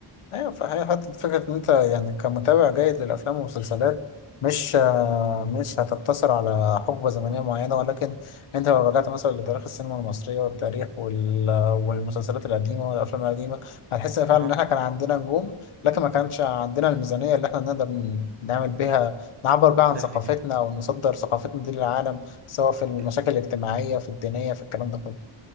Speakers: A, on the left; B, on the right.
A: ايوه فهي حتى فكره ان انت يعني كمتابع جيد للافلام والمسلسلات مش آه، مش هتقتصر على حقبه زمنيه معينه ولكن انت لو رجعت مثلا لتاريخ السينما المصريه والتاريخ وال- والمسلسلات القديمه والافلام القديمه هتحس إن فعلا
B: اه
A: ان احنا كان عندنا نجوم لكن ما كانش عندنا الميزانيه اللي احنا نقدر ن- نعمل بيها نعبر بيها عن
B: ده
A: ثقافتنا
B: حقيقي
A: او نصدر ثقافتنا دي للعالم سواء في المشاكل
B: ده
A: الاجتماعيه في الدينيه في الكلام ده كله